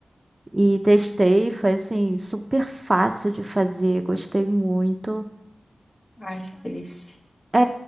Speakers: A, on the right; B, on the left.
A: E testei, foi assim, super fácil de fazer, gostei muito.
B: Ai, que delícia.
A: É,